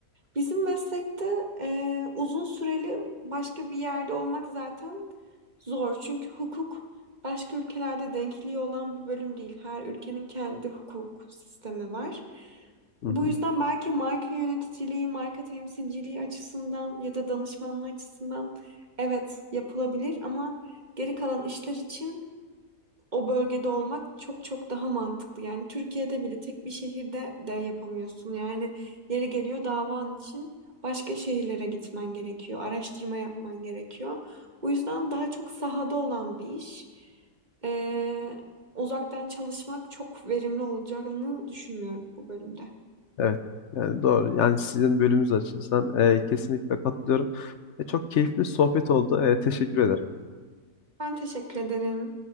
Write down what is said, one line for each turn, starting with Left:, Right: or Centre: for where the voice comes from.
Right: Bizim meslekte e, uzun süreli başka bir yerde olmak zaten zor. Çünkü hukuk başka ülkelerde denkliği olan bir bölüm değil. Her ülkenin kendi hukuk sistemi var.
Left: Hı
Right: Bu
Left: hı.
Right: yüzden belki marka yöneticiliği, marka temsilciliği açısından ya da danışmanlığı açısından evet yapılabilir ama geri kalan işler için o bölgede olmak çok çok daha mantıklı. Yani Türkiye'de bile tek bir şehirde de yapamıyorsun. Yani yeri geliyor davan için başka şehirlere gitmen gerekiyor, araştırma yapman gerekiyor. Bu yüzden daha çok sahada olan bir iş. Ee, uzaktan çalışmak çok verimli olacağını düşünmüyorum bu bölümde.
Left: Evet. Yani doğru. Yani sizin bölümünüz açısından e, kesinlikle katılıyorum. E, çok keyifli sohbet oldu. E, teşekkür ederim.
Right: Ben teşekkür ederim.